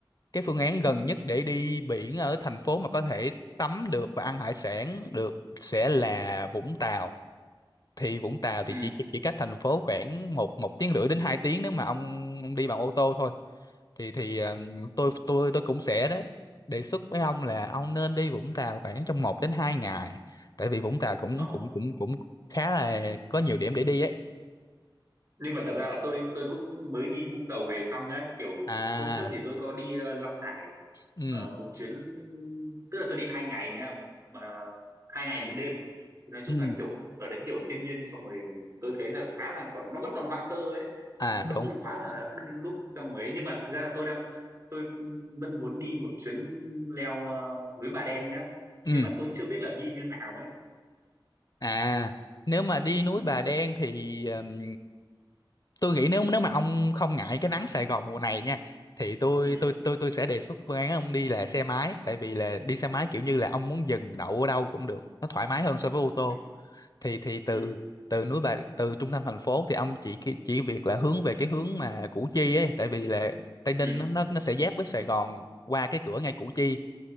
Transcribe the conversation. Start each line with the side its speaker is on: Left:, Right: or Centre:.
Left: cái phương án gần nhất để đi biển ở thành phố mà có thể tắm được và ăn hải sản được sẽ là Vũng Tàu thì Vũng Tàu thì
Right: ừ.
Left: chỉ chỉ cách thành phố khoảng một một tiếng rưỡi đến hai tiếng nếu mà ông, ông đi bằng ô tô thôi thì thì ừm, tôi tôi tôi cũng sẽ đó đề xuất với ông là ông nên đi Vũng Tàu khoảng trong một đến hai ngày tại vì Vũng Tàu cũng
Right: Ờ,
Left: cũng cũng cũng khá là có nhiều điểm để đi ấy
Right: nhưng mà thật ra là tôi tôi cũng mới đi Vũng Tàu về xong á kiểu
Left: à
Right: hôm trước thì tôi có đi ờ, Long Hải
Left: ừ
Right: ờ, một chuyến tức là tôi đi hai ngày nha mà hai ngày một đêm thì nói chung
Left: ừ
Right: là kiểu ở đấy kiểu thiên nhiên xong rồi tôi thấy là khá là còn nó vẫn còn hoang sơ ấy
Left: à
Right: nó
Left: đúng
Right: không quá là đông đúc trong rồi ấy nhưng mà thực ra là tôi đang tôi vẫn muốn đi một chuyến leo ờ, núi Bà Đen nhá
Left: ừ
Right: nhưng mà tôi chưa biết là đi như nào ấy
Left: à nếu mà đi núi
Right: ừ
Left: Bà Đen thì ừm, tôi nghĩ nếu nếu mà ông không ngại cái nắng Sài Gòn mùa này nha thì tôi
Right: ừ
Left: tôi tôi tôi sẽ đề xuất phương án ông đi là xe máy tại vì là đi xe máy kiểu
Right: ừ
Left: như là ông muốn dừng đậu ở đâu cũng được nó thoải mái hơn so với ô tô
Right: ừ
Left: thì thì từ
Right: ừ
Left: từ núi Bà từ trung tâm thành phố thì ông chỉ chỉ việc là hướng về cái hướng mà Củ Chi ấy tại vì là Tây Ninh
Right: ừ.
Left: nó nó nó sẽ giáp với Sài Gòn qua cái cửa ngay Củ Chi